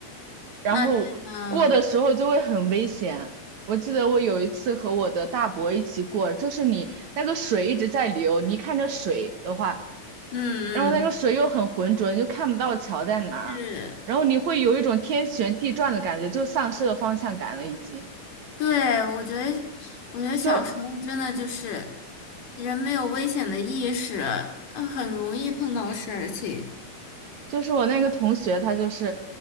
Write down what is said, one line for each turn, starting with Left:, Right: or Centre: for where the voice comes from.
Right: 然后过的时候就会很危险。
Left: 啊！天呐，
Right: 我记得我有一次和我的大伯一起过，就是你那个水一直在流，你一看着水的话，
Left: 嗯嗯，
Right: 然后那个水又很浑浊，你就看不到桥在哪儿，
Left: 是。
Right: 然后你会有一种天旋地转的感觉，就丧失了方向感了，已经。
Left: 对，我觉得，我觉得小时候真的就是
Right: 就
Left: 人没有危险的意识，呃，很容易碰到事情。
Right: 就是我那个同学，他就是，